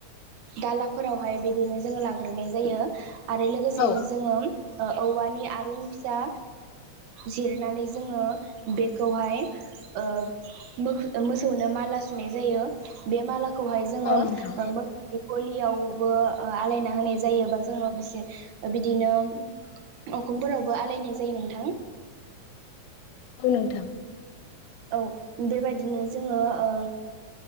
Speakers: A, on the right; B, on the left.
A: दालाफोरावहाय बिदिनो जोङो लाग्रोनाय जायो आरो लोगोसेनो
B: औ
A: जोङो ओ औवानि आरुं फिसा जिरनानै जोङो बेखौहाय ओ मोसौनो माला सुनाय जायो बे माला खौहाय जोङो
B: औ नोंथां
A: ओ मोसौ गलियावबो ओ आलायना होनाय जायो बा जोङो बिसि बिदिनो अखुयफोरावबो आलायनाय जायो नोंथां।
B: औ नोंथां।
A: औ बेबायदिनो जोङो ओ